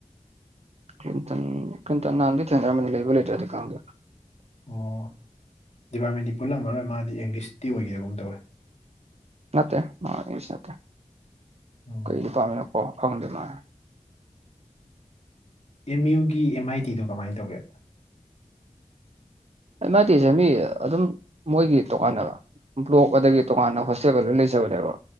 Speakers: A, on the right; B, on the left.
A: ꯀꯈꯤꯇꯟ ꯀꯤꯟꯇꯟꯅꯥꯥꯟ ꯊ ꯂꯩꯕ ꯂꯩꯥꯟꯗ
B: ꯑꯣ ꯗꯤꯄꯥꯔꯠꯃꯦꯟꯗꯤ ꯄꯨꯜꯂꯝꯃꯔꯣꯏ ꯃꯥꯗꯤ ꯏꯪꯂꯤꯁꯇꯤ ꯑꯣꯏꯒꯗꯧꯕꯨꯝ ꯇꯧꯋꯦ
A: ꯅꯠꯇꯦ ꯃꯥ ꯏꯪꯂꯤꯁ ꯅꯠꯇꯦ
B: ꯎꯝ
A: ꯀꯔꯤ ꯗꯤꯄꯥꯔꯠꯃꯦꯟꯅꯣ ꯈꯪꯗ‌ꯦ ꯃꯥ
B: ꯑꯦꯝ ꯌꯨꯒꯤ ꯑꯦꯝ ꯑꯥꯏ ꯇꯤꯗꯣ ꯀꯃꯥꯏꯅ ꯇꯧꯒꯦ
A: ꯑꯩ ꯃꯥꯗꯤ ꯆꯃꯤ ꯑꯗꯨꯝ ꯃꯣꯏꯒꯤ ꯇꯣꯀꯥꯟꯅꯕ ꯕ꯭ꯂꯣꯛ ꯑꯗꯒꯤ ꯇꯣꯉꯥꯟꯅ ꯍꯣꯁꯇꯦꯜꯒ ꯂꯣꯏ ꯂꯩꯖꯕꯅꯦꯕ